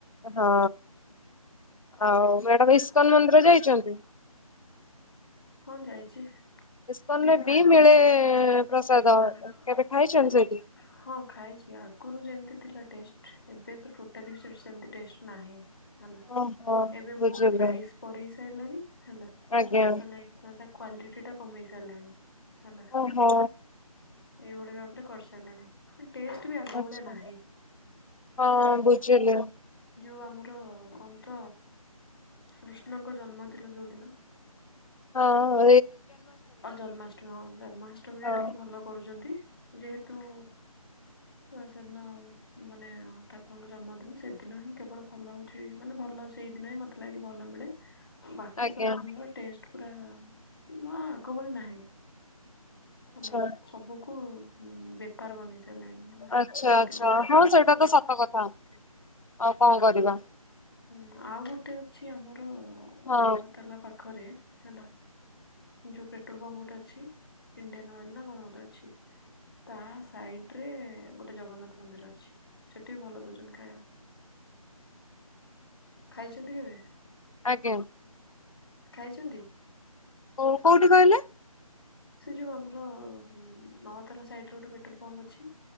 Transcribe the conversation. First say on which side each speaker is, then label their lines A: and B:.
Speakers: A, on the left; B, on the left.
A: ହଁ, ଆଉ ମ୍ୟାଡାମ ଇସ୍କନ ମନ୍ଦିର ଯାଇଛନ୍ତି?
B: ହଁ ଯାଇଛି।
A: ଇସ୍କନରେ
B: ସେଠି ଯୋଉ
A: ବି
B: ଆଗରୁ
A: ମିଳେ ପ୍ରସାଦ
B: ହଁ
A: କେବେ ଖାଇଛନ୍ତି
B: ସେ
A: ସେଠି?
B: ହଁ ଖାଇଛି ଆଗରୁ ଯେମିତି ଥିଲା ଟେଷ୍ଟ, ଏବେ ତ ଟୋଟାଲି ବି ସେ ସେମତି ଟେଷ୍ଟ ନାହିଁ। ହେଲା,
A: ଓହୋ
B: ଏବେ
A: ବୁଝିଲି
B: ବହୁତ ପ୍ରାଇସ୍ ବଢେଇ ସାରିଲାଣି ହେଲା।
A: ଆଜ୍ଞା।
B: ମାନେ ତା କ୍ଵାଲିଟି ଟା କମେଇ ସାରିଲାଣି ହେଲା।
A: ଓହୋ।
B: ଏଇଭଳି ଭାବରେ କରିସାରିଲାଣି। ଟେଷ୍ଟ ବି ଆଗ
A: ଆଚ୍ଛା
B: ଭଳିଆ ନାହିଁ।
A: ହଁ ବୁଝିଲି
B: ଯୋଉ ଆମର କଣ ତ, କୃଷ୍ଣଙ୍କ ଜନ୍ମଦିନ ଯୋଉଦିନ।
A: ହଁ ହଁ।
B: ଜନ୍ମାଷ୍ଟମୀ ହଁ ଜନ୍ମାଷ୍ଟମୀରେ
A: ହଁ।
B: ଟିକେ ଭଲ କରୁଛନ୍ତି। ଯେହେତୁ ସେଦିନ ମାନେ ଠାକୁରଙ୍କ ଜନ୍ମଦିନ ସେଦିନ ହିଁ କେବଳ ଭଲ ହଉ ମାନେ ଭଲ, ସେଇ ଦିନ ହିଁ ମତେ ଲାଗେ ଭଲ ମିଳେ ବାକି
A: ଆଜ୍ଞା
B: ସବୁଦିନର ଟେଷ୍ଟ ପୁରା ନା ଆଗ ଭଳି ନାହିଁ।
A: ଆଚ୍ଛା
B: ହେଲା, ସବୁକୁ ବେପାର ବନେଇ ସାରିଲେଣି ହେଲା,
A: ଆଚ୍ଛା
B: ସେଥି
A: ଆଚ୍ଛା ହଁ ସେଇଟା ତ ସତ କଥା। ଆଉ କଣ କରିବା।
B: ହୁଁ, ଆଉ ଗୋଟେ ଅଛି ଆମର
A: ହଁ
B: ନଅତାଲା ପାଖରେ ହେଲା ଯୋଉ ପେଟ୍ରୋଲ ପମ୍ପ ଗୋଟେ ଅଛି, ଇଣ୍ଡିଆନ ଅଏଲ ନା କଣ ଗୋଟେ ଅଛି। ତା ସାଇଡ ରେ ଗୋଟେ ଜଗନ୍ନାଥ ମନ୍ଦିର ଅଛି ସେଠି ବି ଭଲ ଦଉଛନ୍ତି ଖାଇବା। ଖାଇଛନ୍ତି କେବେ?
A: ଆଜ୍ଞା।
B: ଖାଇଛନ୍ତି?
A: ଓ କୋଉଠି କହିଲେ?
B: ସେ ଯୋଉ ଆମର ନତାଲା ସାଇଡରେ ଗୋଟେ ପେଟ୍ରୋଲ ପମ୍ପ ଅଛି।